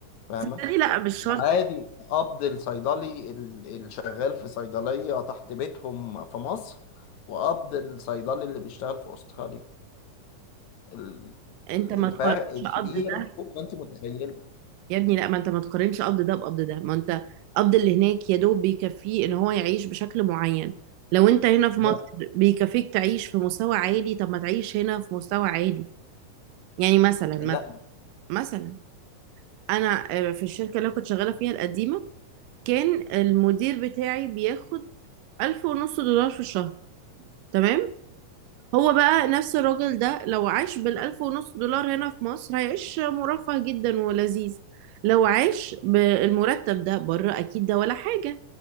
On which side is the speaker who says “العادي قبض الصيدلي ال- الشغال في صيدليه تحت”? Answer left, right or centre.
Left